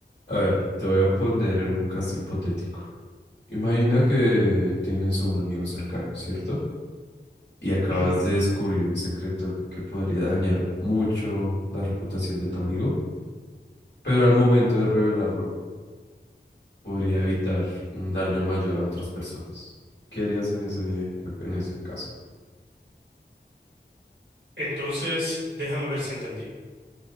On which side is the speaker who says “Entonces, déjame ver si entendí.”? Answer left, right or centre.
Right